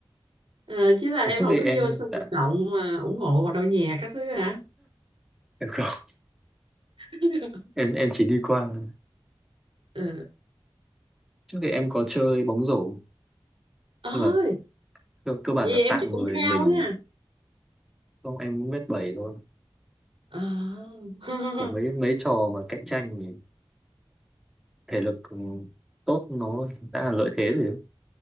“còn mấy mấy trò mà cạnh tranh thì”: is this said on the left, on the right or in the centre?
Centre